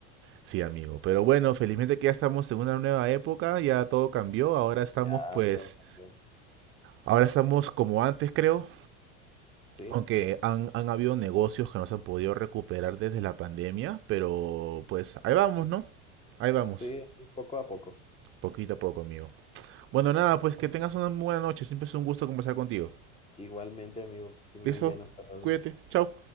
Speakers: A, on the right; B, on the left.
A: Sí, amigo. Pero bueno, felizmente que ya estamos en una nueva época, ya todo cambió. Ahora estamos
B: Ya,
A: pues,
B: todo cambió.
A: ahora estamos como antes, creo.
B: Sí,
A: Aunque han, han habido negocios que no se han podido recuperar desde la pandemia, pero pues ahí vamos,
B: mm,
A: ¿no? Ahí vamos,
B: sí, y poco a poco.
A: poquito a poco, amigo. Bueno, nada, pues que tengas una buena noche. Siempre es un gusto conversar contigo.
B: Igualmente, amigo, que estés
A: ¿Listo?
B: muy bien, hasta luego.
A: Cuídate. Chao.